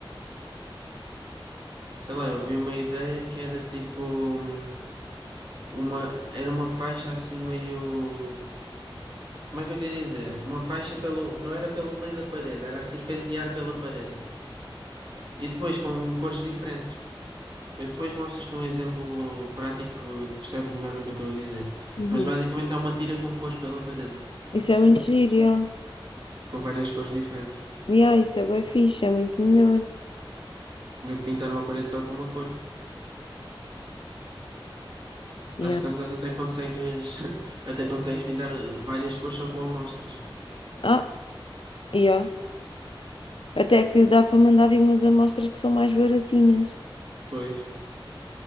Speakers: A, on the right; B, on the left.
A: Sei lá, eu vi uma ideia que era tipo hum, uma, era uma faixa assim meio Como é que eu tenho a dizer? Uma faixa pelo, não era pelo meio da parede, era a serpentear pela parede. E depois com um cores diferentes. Eu depois mostro-te um exemplo prático que percebes melhor o que eu estou a dizer.
B: Uhum.
A: Mas basicamente há uma tira com cores pela parede,
B: Isso é muito giro, yeah.
A: com várias cores diferentes.
B: Yeah, isso é bem fixe, é muito melhor.
A: Do que pintar uma parede só com uma cor.
B: Yeah.
A: Às tantas até consegues <laughs> até consegues pintar várias cores só com amostras.
B: Ah, yeah. Até que dá para mandar vir umas amostras que são mais baratinhas.
A: Pois.